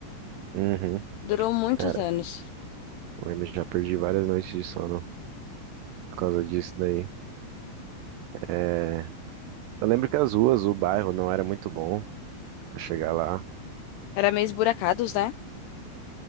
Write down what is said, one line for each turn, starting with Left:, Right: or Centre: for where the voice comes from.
Right: Uhum.
Left: Durou muitos
Right: Era.
Left: anos.
Right: Eu lembro, já perdi várias noites de sono por causa disso daí. É, Eu lembro que as ruas, o bairro não era muito bom pra chegar lá.
Left: Era meio esburacados, né?